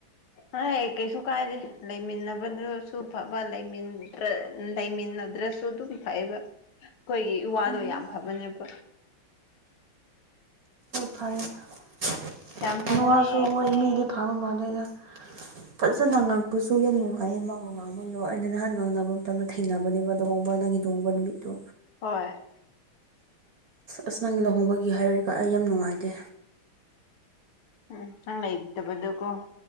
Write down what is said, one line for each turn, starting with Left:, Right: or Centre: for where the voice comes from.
Left: ꯍ‌ꯣꯏ ꯀꯩꯁꯨ ꯀꯥꯏꯗꯦ ꯂꯩꯃꯤꯟꯅꯕꯗꯨꯁꯨ ꯐꯕ ꯂꯩꯃꯤꯟꯅ ꯂꯩꯃꯤꯟꯅꯗ꯭ꯔꯦꯁꯨ ꯑꯗꯨꯝ ꯐꯩꯕ ꯑꯩꯈꯣꯏꯒꯤ ꯏꯋꯥꯗꯣ
Right: ꯍꯣꯏ
Left: ꯌꯥꯝ ꯐꯕꯅꯦꯕ
Right: ꯐꯔ‌ꯦ
Left: ꯌꯥꯝ ꯐꯕꯅꯦ
Right: ꯐꯥꯕ ꯃꯥꯂꯦꯗ ꯐꯖꯅ ꯉꯥꯡꯕꯁꯨ ꯌꯥꯝ ꯅꯨꯡꯉꯥꯏꯌꯦ ꯃꯥꯕꯨ ꯉꯥꯡꯕꯩꯗꯣ ꯑꯩꯅ ꯅꯍꯥꯟ ꯉꯥꯡꯅꯕ ꯃꯇꯝꯗ ꯊꯩꯅꯅꯕꯅꯦꯕ ꯂꯨꯍꯣꯡꯕ ꯅꯪꯒꯤ ꯂꯨꯍꯣꯡꯕ ꯅꯨꯃꯤꯠꯇꯣ
Left: ꯍꯣꯏ
Right: ꯑꯁ ꯅꯪꯒꯤ ꯂꯨꯍꯣꯡꯕꯒꯤ ꯍꯥꯏꯔꯗꯤꯀꯣ ꯑꯩ ꯌꯥꯝ ꯅꯨꯡꯉꯥꯏꯇꯦ
Left: ꯎꯝ ꯅꯪ ꯂꯩꯇꯕꯗꯣꯀꯣ